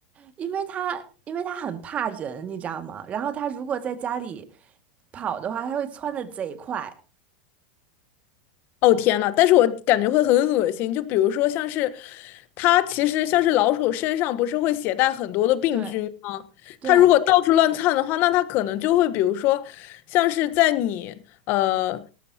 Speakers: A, on the right (about 30°); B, on the left (about 50°).
A: 因为它因为它很怕人，你知道吗？然后它如果在家里跑的话，它会窜的贼快。
B: 哦天呐，但是我感觉会很恶心，就比如说像是它其实像是老鼠身上不是会携带很多的病菌吗？
A: 对对，
B: 它如果到处乱窜的话，那它可能就会比如说像是在你呃。